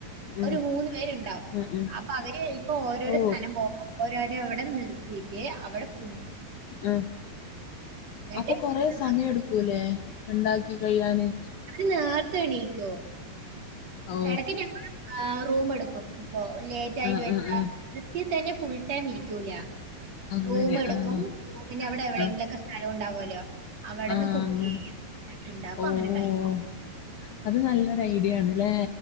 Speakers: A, on the left; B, on the right.
A: ഉം
B: ഒരു മൂന്ന് പേരുണ്ടാവും
A: ഉം ഉം
B: അപ്പൊ അവര് ഇപ്പോ ഓരോരോ
A: ഓ
B: സ്ഥലം പോകും. ഓരോരവിടെ നിർത്തിയിട്ട് അവിടെ ഫു
A: ഉ
B: എന്നിട്ട്
A: അപ്പൊ കൊറേ
B: നമ്മള്
A: സമയം എടു ക്കൂലെ ഇണ്ടാക്കി കഴിയാന്.
B: നേർത്തെ എണീക്കു.
A: ഓ
B: എടക്ക് ഞങ്ങൾ ഏ റൂം എടുക്കും ഇപ്പോ ലേ <unintelligible>
A: ആ ആ ആ
B: ബസി തന്നെ ഫുൾ ടൈം ഇരിക്കൂല.
A: അങ്ങനെ
B: റൂം എടുക്കും
A: ആഹ്
B: പിന്നെ അവിടെ എവിടെങ്കിലുംമൊക്കെ
A: ആഹ്
B: സ്ഥല ഉണ്ടാവുഅല്ലോ അവവ്ടെന്ന്
A: ആഹ്
B: കുക്കെയ്യും
A: അങ്ങനെ
B: ന്നിട്ട്ണ്ടാക്കും
A: ഓഹ്
B: അങ്ങനെ കൈ
A: അത് നല്ലൊരു ഐഡിയ ആണ്ല്ലേ.